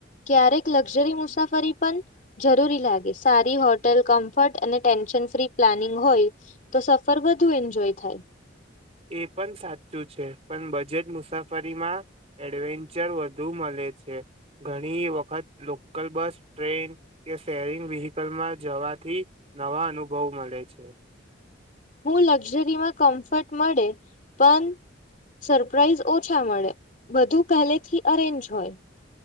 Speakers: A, on the left; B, on the right.
A: ક્યારેક લક્ઝરી મુસાફરી પન જરૂરી લાગે. સારી હોટલ કમ્ફર્ટ અને ટેન્શન ફ્રી પ્લાનિંગ હોય તો સફર વધુ એન્જોય થાય.
B: એ પન સાચું છે, પન બજેટ મુસાફરીમાં એડવેન્ચર વધુ મલે છે, ઘણી વખત લોકલ બસ, ટ્રેન કે શેરિંગ વ્હીકલમાં જવાથી નવા અનુભવ મલે છે.
A: હું લક્ઝરીમાં કમ્ફર્ટ મળે, પન સરપ્રાાઈઝ ઓછા મળે, બધું પહેલેથી અરેન્જ હોય.